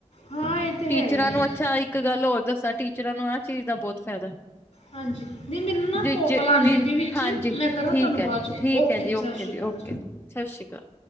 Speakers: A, on the left; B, on the left.
A: ਹਾਂ ਤੇ
B: ਟੀਚਰਾਂ
A: ਹੈ ਹੀ
B: ਨੂੰ
A: ਹੈ
B: ਅੱਛਾ ਇੱਕ ਗੱਲ ਹੋਰ ਦੱਸਾਂ ਟੀਚਰਾਂ ਨੂੰ ਆਹ ਚੀਜ਼ ਦਾ ਬਹੁਤ ਫੈਦਾ
A: ਹਾਂਜੀ ਨਹੀਂ ਮੈਨੂੰ ਨਾ
B: ਜ
A: ਕੋਲ
B: ਜੇ
A: ਆਉਂਦੀ
B: ਦਿਨ
A: ਪਈ ਵਿੱਚ
B: ਹਾਂਜੀ
A: ਮੈਂ ਕਰਾਂ
B: ਠੀਕ
A: ਤੁਹਾਨੂੰ
B: ਐ
A: ਬਾਅਦ 'ਚ
B: ਠੀਕ ਐ ਜੀ ਓ
A: ਸਤਿ
B: ਓਕੇ
A: ਸ਼੍ਰੀ
B: ਜੀ
A: ਅਕਾਲ
B: ਓਕੇ ਸਤਿ ਸ਼੍ਰੀ ਅਕਾਲ।